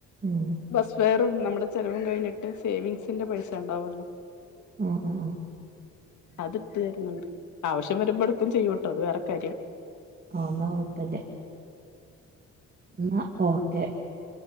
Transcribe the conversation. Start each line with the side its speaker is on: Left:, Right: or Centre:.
Right: ഉം
Left: ബസ് ഫെയറും ന്നമ്മടെ ചെലവും കഴിഞ്ഞിട്ട് സേവിങ്സിന്റെ പൈസ ഉണ്ടാവുല്ലോ?
Right: ആഹ് ആഹ്
Left: അത്ട്ട് തെരുന്നുണ്ട് ആവിശ്യം വെരുമ്പോ ഇട്ക്കും ചെയ്യൂട്ടോ അത് വേറെ കാര്യം.
Right: അഹ് ഒന്നും കൊയപ്പല്ല. ഇന്ന ഓക്കെ.